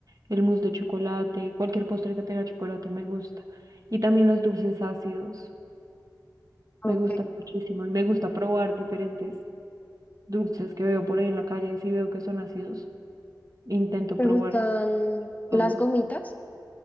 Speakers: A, on the right; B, on the left.
A: el mousse de chocolate, cualquier postre que tenga chocolate me gusta. Y también los dulces ácidos,
B: Ok.
A: me gustan muchísimo. Y me gusta probar diferentes dulces que veo por ahí en la calle. Si veo que son ácidos, intento
B: ¿Te
A: probar
B: gustan
A: todos.
B: las gomitas?